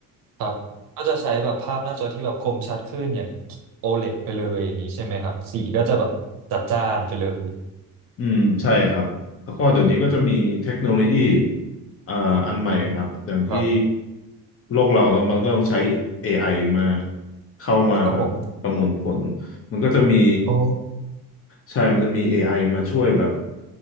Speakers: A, on the right (about 65°); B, on the left (about 40°).
A: ครับก็จะใช้แบบภาพหน้าจอที่แบบคมชัดขึ้นอย่าง OLED ไปเลยอย่างนี้ใช่ไหมครับสีก็จะแบบจัดจ้านไปเลย
B: อืมใช่ครับแล้วก็เดี๋ยวนี้ก็จะมีเทคโนโลยีเอ่ออันใหม่ครับอย่างที่
A: ครับ
B: โลกเราเนอะมันก็ต้องใช้ AI มาเข้ามาแบบประมวลผล
A: ครับผม
B: มันก็จะมี
A: โอ้
B: ใช่มันจะมี AI มาช่วยแบบ